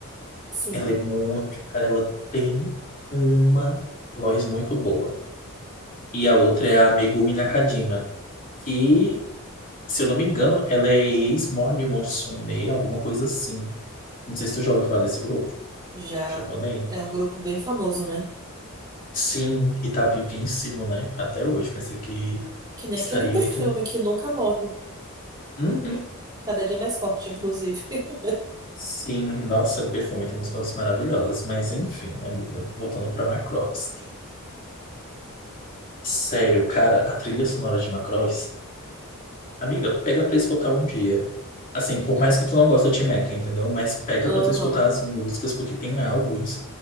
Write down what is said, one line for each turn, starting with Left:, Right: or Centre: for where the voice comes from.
Right: sim,
Left: Ela é muito. Cara, ela tem uma voz muito boa. E a outra é a Megumi Nakajima. Que, se eu não me engano, ela é ex-Morning Musume, alguma coisa assim. Não sei se tu já ouviu falar desse grupo
Right: já.
Left: japonês.
Right: É um grupo bem famoso, né?
Left: Sim, e tá vivíssimo, né? Até hoje. Pensei que
Right: Que nem
Left: estariam.
Right: aquele perfume que nunca morre.
Left: Uhum.
Right: Cada dia mais forte, inclusive. <laughs>
Left: Sim, nossa, o perfume tem músicas maravilhosas, mas enfim, amiga, voltando pra Macross. Sério, cara, a trilha sonora de Macross, amiga, pega pra escutar um dia. Assim, por
Right: Hum.
Left: mais que tu não gosta de Mecha, entendeu? Mas pega
Right: Aham,
Left: pra tu escutar as músicas, porque tem álbuns